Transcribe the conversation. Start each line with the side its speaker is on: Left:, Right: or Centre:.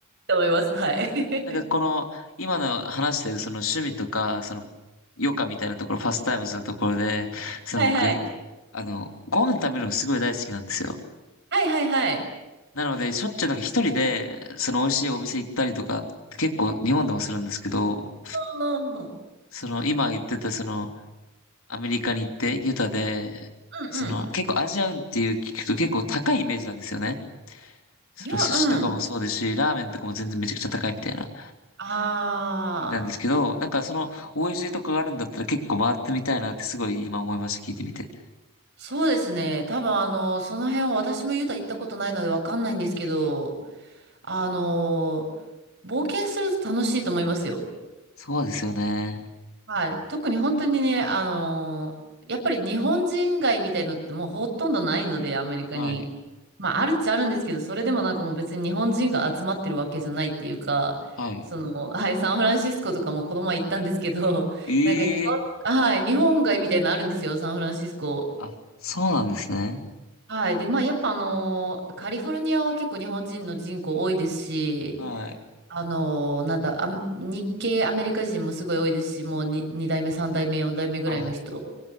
Right: と思います。はい。<laughs>
Left: なんかこの、今の話してるその趣味とか、その、余暇みたいなところ、パスタイムズのところで、その僕、
Right: はいはい。
Left: あの、ご飯食べるのすごい大好きなんですよ。
Right: はいはいはい。
Left: なので、しょっちゅうなんか一人で、その美味しいお店行ったりとか、結構日本でもするんですけど、
Right: うんうん
Left: その今言ってたその、アメリカに行って、ユタで、
Right: うん。
Left: その、結構アジアンっていう聞くと結構高いイメージなんですよね。その寿司とかもそうですし、
Right: いや、うん。
Left: ラーメンとかも全然めちゃくちゃ高いみたいな
Right: ああ、
Left: 意味なんですけど、なんかその、美味しいとこがあるんだったら結構回ってみたいなってすごい今思いました、聞いてみて。
Right: そうですね。多分あの、その辺は私もユタ行ったことないのでわかんないんですけど、あの、冒険すると楽しいと思いますよ。
Left: そうですよね。
Right: はい。特に本当にね、あのーやっぱり日本人街みたいのってもうほとんどないので、アメリカに。
Left: はい。
Right: まあ、あるっちゃあるんですけど、それでもなんかもう別に日本人が集まってるわけじゃないっていうか、
Left: はい。
Right: その、はい、サンフランシスコとかもこの前行ったんですけど、
Left: ええ
Right: <laughs> なんか日本、はい、日本街みたいなのあるんですよ、サンフランシスコ。
Left: あ、そうなんですね。
Right: はい。で、まあ、やっぱあのーカリフォルニアは結構日本人の人口多いですし、
Left: はい。
Right: あのなんだ、あ、日系アメリカ人もすごい多いですし、もうに2、代目、3代目、4代目ぐらいの人
Left: あ、